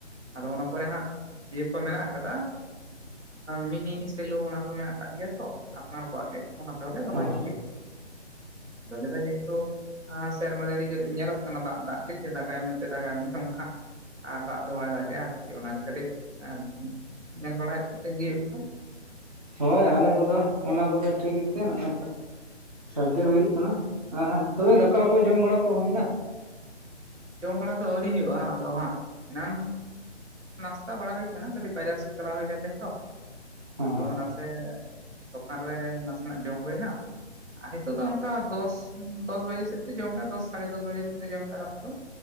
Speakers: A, on the right (about 80°); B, on the right (about 35°).
A: ᱟᱫᱚ ᱚᱱᱟ ᱯᱚᱨᱮ ᱦᱟᱸᱜ ᱤᱭᱟᱹ ᱠᱚ ᱢᱮᱱᱟᱜ ᱟᱠᱟᱫᱟ᱾ ᱢᱤᱱᱤ ᱥᱮᱞᱩ ᱚᱱᱟ ᱠᱚ ᱢᱮᱱᱟᱜ ᱠᱟᱜ ᱜᱮᱭᱟ ᱛᱚ ᱟᱯᱱᱟᱨ ᱠᱚᱣᱟᱜ ᱜᱮ, ᱚᱱᱟ ᱛᱮᱦᱚᱸᱞᱮ ᱨᱚᱦᱚᱭ
B: ᱦᱚᱸ
A: ᱜᱮᱭᱟ᱾ ᱟᱫᱚ ᱞᱮ ᱡᱮᱦᱮᱛᱩ᱾ ᱥᱮᱨᱢᱟ ᱡᱟᱹᱲᱤ ᱧᱮᱞᱚᱜ ᱠᱟᱱᱟ ᱫᱟᱜ ᱫᱟᱜ ᱜᱮ, ᱡᱮ ᱫᱟᱜᱟᱭ ᱢᱮᱱᱛᱮ ᱫᱟᱜᱟᱭ ᱢᱮᱱᱛᱮ ᱚᱱᱠᱷᱟ᱾ ᱟᱨ ᱫᱟᱜ ᱫᱚ ᱵᱟᱭ ᱫᱟᱜᱮᱼᱟ ᱟᱨᱠᱤ ᱚᱱᱟᱜᱮ ᱠᱟᱹᱴᱤᱡ ᱮ᱾ ᱧᱮᱞ ᱵᱟᱲᱟᱭᱮᱫ <unintelligible>
B: ᱦᱳᱭ ᱟᱞᱮ ᱠᱚᱫᱚ ᱚᱱᱟ ᱠᱚᱫᱚ ᱴᱷᱤᱠ ᱜᱮᱛᱮ ᱱᱚᱜ-ᱚᱭ᱾ ᱥᱟᱹᱨᱫᱤ ᱦᱩᱭᱩᱜ ᱠᱟᱱᱟ ᱛᱚᱵᱮ ᱮᱸ ᱫᱟᱠᱟᱠᱩ ᱡᱚᱢ ᱵᱟᱲᱟ ᱠᱚ ᱦᱩᱭᱼᱱᱟ᱾
A: ᱡᱚᱢ ᱵᱟᱲᱟ ᱫᱚ ᱟᱹᱣᱨᱤ ᱦᱩᱭᱩᱜ-ᱟ ᱟᱫᱚ ᱦᱟᱸᱜ ᱮᱱᱟᱱ ᱱᱟᱥᱛᱟ ᱵᱟᱲᱟ ᱦᱩᱭ ᱟᱠᱟᱱᱟ ᱠᱟᱹᱴᱤᱡ ᱵᱟᱡᱟᱨ ᱥᱮᱫ ᱪᱟᱞᱟᱣ ᱦᱩᱭ ᱞᱮᱱ ᱠᱷᱟᱡ ᱛᱚ
B: ᱦᱮᱸ
A: ᱟᱫᱚ ᱱᱟᱥᱮ ᱫᱚᱠᱟᱱ ᱨᱮ ᱱᱟᱥᱮᱱᱟᱜ ᱡᱚᱢ ᱦᱩᱭᱱᱟ᱾ ᱟᱨ ᱱᱤᱛᱚᱜ ᱫᱚ ᱚᱱᱠᱟ ᱫᱚᱥ ᱫᱚᱥ ᱵᱟᱡᱮ ᱥᱮᱫ ᱛᱮ ᱡᱚᱢ ᱦᱩᱭᱩᱜ-ᱟ ᱫᱚᱥ ᱥᱟᱲᱮ ᱫᱚᱥ ᱵᱟᱡᱮ ᱥᱮᱫ ᱛᱮ ᱡᱚᱢ ᱦᱩᱭᱩᱜ-ᱟ ᱫᱟᱠᱟ ᱫᱚ᱾